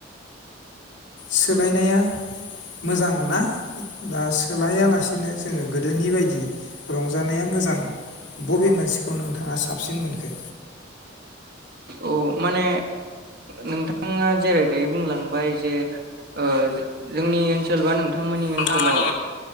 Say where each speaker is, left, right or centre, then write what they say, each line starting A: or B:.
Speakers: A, on the left; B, on the right.
A: सोलायनाया मोजांना आ सोलायालासिनो जोङो गोदोनि बायदि रंजानाया मोजां बबे मोनसेखौ नोंथाङा साबसिन मोनखो?
B: औ माने नोंथाङा जेरै दायो बुंलांबाय जे ओ जोंनि ओनसोलबा नों थांमोननि
A: नोंथांमोननि
B: ओनसोलाव